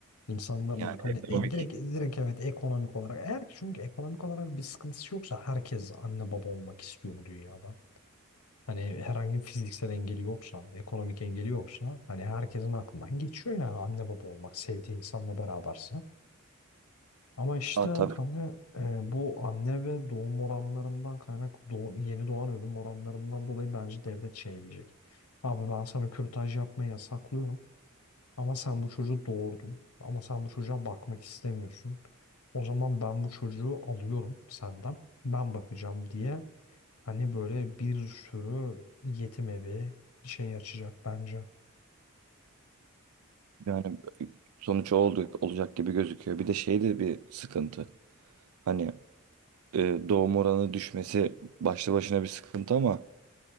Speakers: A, on the left; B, on the right.
A: insanların
B: Yani
A: hani
B: ekonomik.
A: e, direkt direkt evet ekonomik olarak eğer ki çünkü ekonomik olarak bir sıkıntısı yoksa herkes anne baba olmak istiyor bu dünyada. Hani herhangi bir fiziksel engeli yoksa, ekonomik engeli yoksa hani herkesin aklından geçiyor yani anne baba olmak, sevdiği insanla berabersin. Ama işte
B: Ha,
A: hani
B: tabii.
A: e, bu anne ve doğum oranlarından kaynak doğ- yeni doğan ölüm oranlarından dolayı bence devlet şey diyecek. Abi ben sana kürtaj yapmayı yasaklıyorum ama sen bu çocuğu doğurdun ama sen bu çocuğa bakmak istemiyorsun. O zaman ben bu çocuğu alıyorum senden. Ben bakacağım diye Hani böyle bir sürü yetim evi şey açacak bence.
B: Yani sonuç o oldu, olacak gibi gözüküyor. Bir de şey de bir sıkıntı. Hani. e, doğum oranı düşmesi başlı başına bir sıkıntı ama